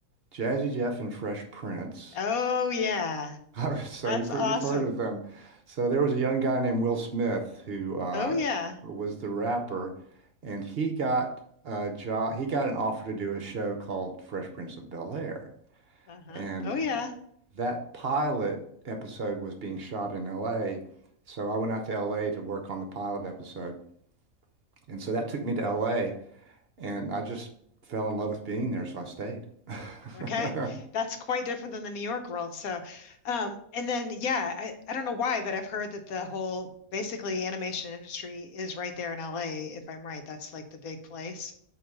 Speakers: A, on the right; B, on the left.
A: Jazzy Jeff and Fresh Prince.
B: Oh yeah,
A: <laughs> So
B: that's
A: you've heard-
B: awesome.
A: you've heard of them. So there was a young guy named Will Smith who uh,
B: Oh yeah.
A: was the rapper, and he got a job. He got an offer to do a show called Fresh Prince of Bel-Air,
B: Uh-huh.
A: and
B: Oh yeah.
A: that pilot episode was being shot in L.A. So I went out to L.A. to work on the pilot episode, and so that took me to L.A. and I just fell in love with being there, so I stayed. <laughs>
B: Okay. That's quite different than the New York world. So, um, and then yeah, I, I don't know why, but I've heard that the whole basically animation industry is right there in LA, if I'm right. That's like the big place.